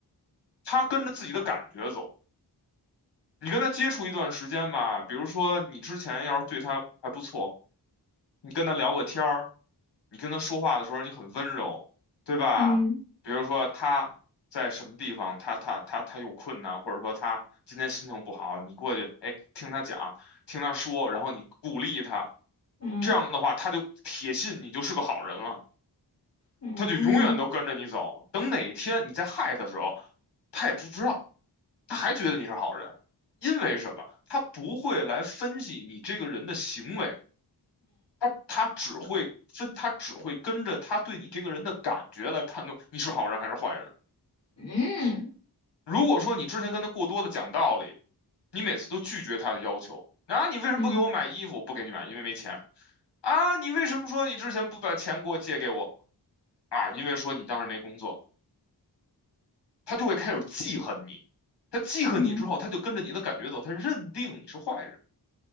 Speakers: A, on the left; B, on the left.
A: 他跟着自己的感觉走。你跟他接触一段时间吧，比如说你之前要是对他还不错，你跟他聊个天儿，你跟他说话的时候你很温柔，对吧？
B: 嗯
A: 比如说他在什么地方，他他他他有困难，或者说他今天心情不好，你过去，哎，听他讲，听他说，然后你鼓励他，
B: 嗯
A: 这样的话他就铁信你就是个好人了，
B: 嗯嗯
A: 他就永远都跟着你走。等哪天你再害他的时候，他也不知道，他还觉得你是好人，因为什么？他不会来分析你这个人的行为。他他只会分，他只会跟着他对你这个人的感觉来判断你是好人还是坏人。
B: 嗯
A: 如果说你之前跟他过多的讲道理，你每次都拒绝他的要求，啊，你为什么不给我买衣服？
B: 嗯
A: 不给你买，因为没钱。啊，你为什么说你之前不把钱给我借给我？啊，因为说你当时没工作，他就会开始记恨你。他记恨你之后，
B: 嗯。
A: 他就跟着你的感觉走，他认定你是坏人，